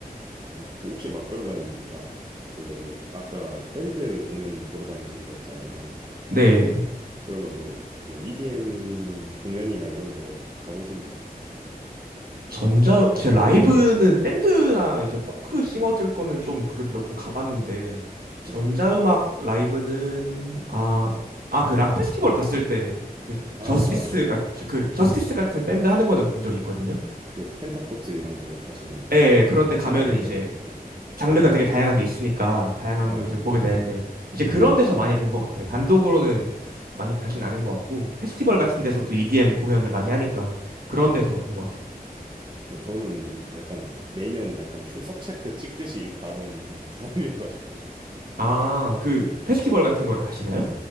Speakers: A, on the right; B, on the right.
A: 어, 그 혹시 막 그러면 막 그 아까 밴드 공연 보러 다니신다 했잖아요.
B: 네.
A: 그러면 뭐, 뭐 EDM 공연이나 이런 거 가보신 적 있으세요?
B: 전자 제 라이브는 밴드나 이제 포크 싱어들 거는 좀 그래도 몇 번 가봤는데
A: 네.
B: 전자음악 라이브는 아 아 그 락 페스티벌 갔을 때 그
A: 아,
B: 저스티스
A: 맞네.
B: 같은 그 저스티스 같은 밴드 하는 거는 본 적이 있거든요.
A: 그 펜타포트 이런 거 가시면
B: 예, 예, 그런데
A: 많,
B: 가면은
A: 많이 하잖아요.
B: 이제
A: 네.
B: 장르가 되게 다양하게 있으니까 다양한
A: 네,
B: 분들 보게 되는데 이제 그런 데서 많이 본 것 같아요. 단독으로는 많이 가진 않은 것 같고 페스티벌 같은 데서도 EDM 공연을 많이 하니까 그런
A: 맞아요.
B: 데서 본 것 같아요.
A: 어, 저는 약간 매년 약간 출석 체크 찍듯이 가는 <laughs> 사람이어가지고.
B: 아, 그
A: 네,
B: 페스티벌 같은 거를 가시나요?